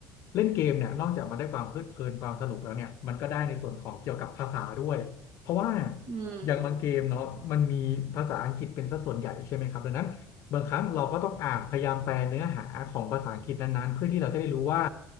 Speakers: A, on the left; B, on the right.
A: เล่นเกมเนี่ยนอกจากมันได้ความเพลิดเพลินความสนุกแล้วเนี่ยมันก็ได้ในส่วนของเกี่ยวกับภาษาด้วย เพราะว่า
B: อืม
A: อย่างบางเกมเนาะมันมีภาษาอังกฤษเป็นสัดส่วนใหญ่ใช่ไหมครับดังนั้นบางครั้งเราก็ต้องอ่านพยายามแปลเนื้อหาของภาษาอังกฤษนั้นๆเพื่อที่เราจะได้รู้ว่า